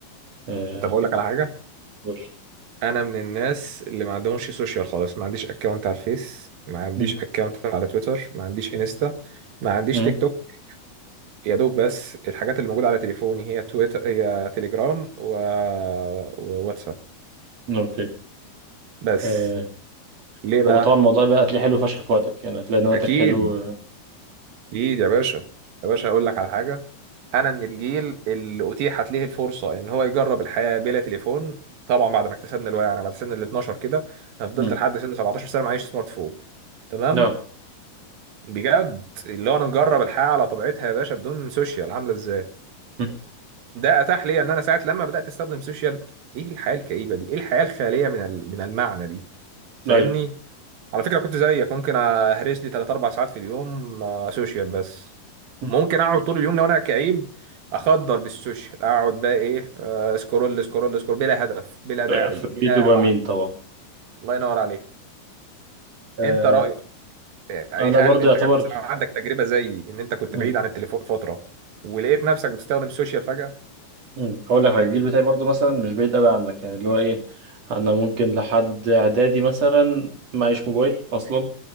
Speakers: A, on the right; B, on the right.
A: آه،
B: طب اقول لك على حاجه
A: قول.
B: انا من الناس اللي ما عندهمش سوشيال خالص ما عنديش اكونت على الفيس ما عنديش
A: م-
B: اكونت على تويتر ما عنديش انستا ما عنديش
A: م-
B: تيك توك يا دوب بس الحاجات اللي موجودة على تليفوني هي تويتر هي تليجرام و... وواتساب
A: أوكي
B: بس
A: آه،
B: ليه بقى
A: هو طبعا الموضوع بقى هتلاقيه حلو فشخ في وقتك يعني هتلاقي ان وقتك
B: اكيد
A: حلو
B: اكيد يا باشا يا باشا اقول لك على حاجة انا من الجيل اللي اتيحت ليه الفرصة ان هو يجرب الحياة بلا تليفون طبعا بعد ما اكتسبنا الوعي انا بعد سن ال 12 كده انا فضلت
A: امم
B: لحد سن 17 سنة معيش سمارت فون تمام
A: نعم
B: بجد اللي هو انا مجرب الحياه على طبيعتها يا باشا بدون سوشيال عامله ازاي
A: مم.
B: ده اتاح لي ان انا ساعه لما بدات استخدم سوشيال ايه الحياه الكئيبه دي ايه الحياه الخاليه من ال- من المعنى دي فاهمني
A: ايوه
B: على فكره كنت زيك ممكن اهرس لي 3 4 ساعات في اليوم آه، سوشيال بس
A: مم.
B: ممكن اقعد طول اليوم لو انا كئيب اخدر بالسوشيال اقعد بقى ايه آه، سكرول سكرول سكرول بلا هدف بلا داعي
A: آه، في
B: بلا
A: دوبامين
B: وعي
A: طبعا
B: الله ينور عليك
A: آه،
B: انت رايك يعني
A: انا
B: هل
A: برضو
B: انت
A: يعتبر
B: كان مثلا عندك تجربه زي ان انت كنت
A: مم.
B: بعيد عن التليفون فتره ولقيت نفسك بتستخدم السوشيال فجاه
A: مم. هقول لك حاجه الجيل بتاعي برضو مثلا مش بعيد قوي عنك يعني اللي هو ايه انا ممكن لحد اعدادي مثلا معيش موبايل اصلا